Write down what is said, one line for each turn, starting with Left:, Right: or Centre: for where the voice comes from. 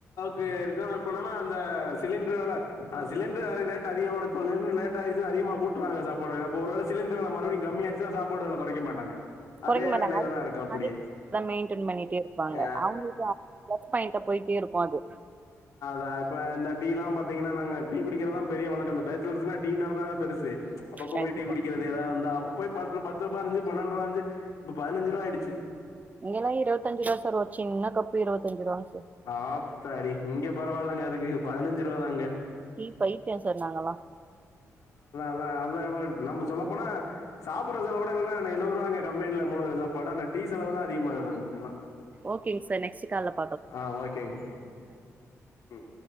Left: தே இருக்கு இப்ப என்னனா அந்த சிலின்று வெல அ சிலின்று ரேட்டு அதிகமான இப்பலேந் லேட்டாச்னா அதிகமா கூற்றுவாங்க சாப்பாட அம்போரால சிலின்று வெல மறுபடியு கம்மியச்சுனா சாப்பாடு வெல கொறக்க மாட்டாங்க
Right: கொறக்க
Left: அதே
Right: மாட்டங்க
Left: வேலையில
Right: அது
Left: தான் இருக்கும் அப்படியே
Right: அதே மெயின்டன் பண்ணிட்டே இருப்பாங்க
Left: ஆ
Right: அவுங்ளுக்கு ப்ளஸ் பாய்ன்டா போய்டே இருக்கு அது
Left: ஆ இப்ப இந்த டீலா பாத்தீங்கனா நாங்க டீ குடிக்கிறதா பெரிய வழக்கம் இந்த பேச்சுலர்ஸ்ன டீனாலதானே பெருசு அப்பப்ப
Right: கண்டிப்பா
Left: போயி டி குடிக்கறது ஏதாது வந்த போய் பத்து பத்து ரூபாருந்சு பன்னான்டு ரூபாருந்சு இப்ப பதிஞ்சிரூவாய்டுச்சு
Right: எங்கல்லா இருத்தஞ்சுரூவா சார் ஒரு சின்னா கப்பு இருபத்தஞ்சு ரூபாங் சா
Left: ஆத்தாடி இங்க பரவாலங்க அதுக்கு பதினஞ்சு ரூவா தாங்க
Right: டீ பைதிய சார் நாங்கலா
Left: அத <unintelligible> நம்ப சொல்ல போனா சாப்புடற செலவ விட எழுரூவா எங்க கம்பெனில மூணு வேல சாப்பாடு ஆனா டீ செலவு தா அதிக ஆகுது அங்குட்லா
Right: ஓகேங் சார் நெக்டு கால
Left: ஆ ஓகேங் ஓகேங் ம்